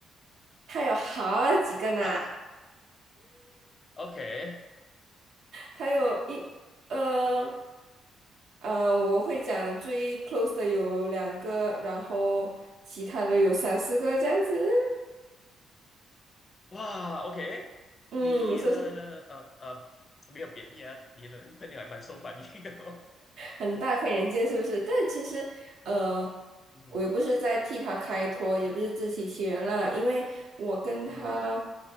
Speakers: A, on the right; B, on the left.
A: 他有好几个呢，
B: 啊，，OK，
A: 他有一呃呃，我会讲最 close 的有两个，然后其他的有三四个这样子。
B: 哇，OK，
A: 嗯，
B: 你的呃呃没有贬义啊，
A: 是不是。
B: 你的男朋友还蛮受欢迎的哦。
A: 很大开眼界，是不是？但其实，呃，
B: <laughs> 嗯哼，
A: 我也不是在替他开脱，也不是自欺欺人啦，因为我跟他
B: 嗯哼